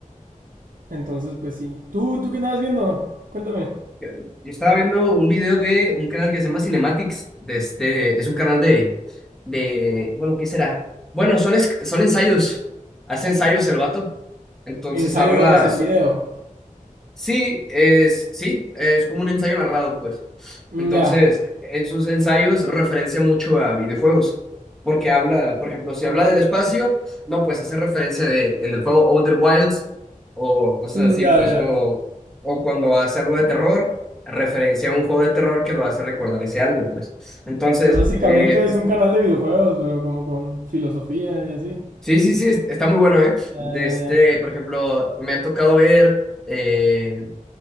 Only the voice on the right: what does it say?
Entonces, pues sí. ¿Tú, tú qué andabas viendo? Cuéntame.
Ensayos
en video.
Mm,
ya.
Mm,
ya,
ya.
Pues básicamente
es
un canal de videojuegos, pero como con filosofía y así.
Ya,
ya,
ya.